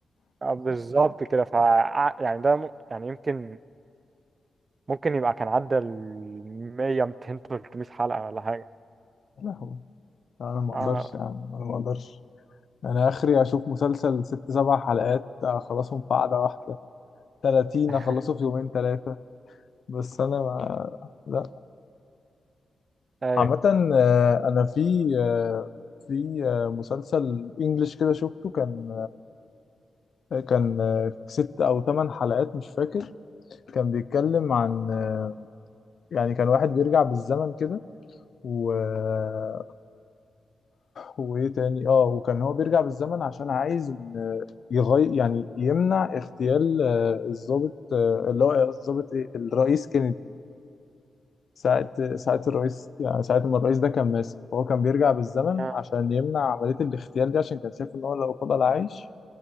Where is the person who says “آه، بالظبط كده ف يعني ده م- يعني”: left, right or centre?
Right